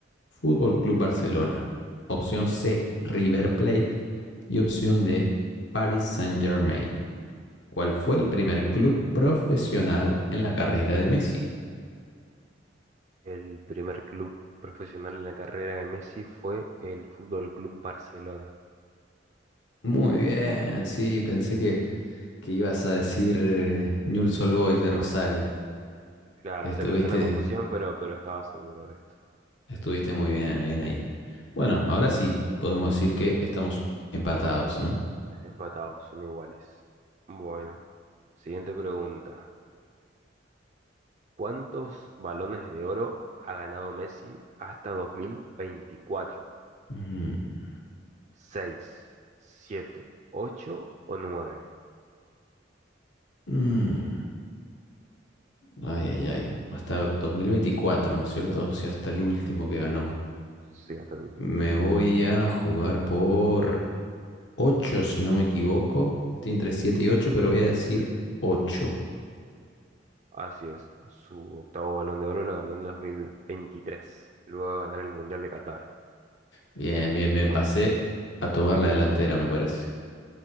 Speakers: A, on the left; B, on the right.
A: Fútbol Club Barcelona. Opción C, River Plate. Y opción D, Paris Saint-Germain. ¿Cuál fue el primer club profesional en la carrera de Messi?
B: El primer club profesional en la carrera de Messi fue el Fútbol Club Barcelona.
A: Muy bien, sí, pensé que, que ibas a decir eh, Newell's Old Boys de Rosario.
B: Jules. Claro,
A: Estuviste
B: se presta la confusión, pero, pero estaba seguro de esto.
A: Estuviste muy bien, bien ahí. Bueno, ahora sí, podemos decir que estamos empatados, ¿no?
B: Empatados, son iguales. Bueno, siguiente pregunta. ¿Cuántos balones de oro ha ganado Messi hasta dos mil veinticuatro
A: Mm,
B: seis siete 8 o nueve
A: mm, Ay, ay, ay. Hasta 2024, ¿no es cierto? O sea, hasta el último que ganó.
B: Sí, hasta el último.
A: Me voy a jugar por 8, si no me equivoco. Estoy entre 7 y 8, pero voy a decir ocho.
B: Así es. Su octavo Balón de Oro lo ganó en el 2023, luego de ganar el Mundial de Qatar.
A: Bien, bien, bien.
B: Bueno,
A: Pasé a tomar la delantera, me parece.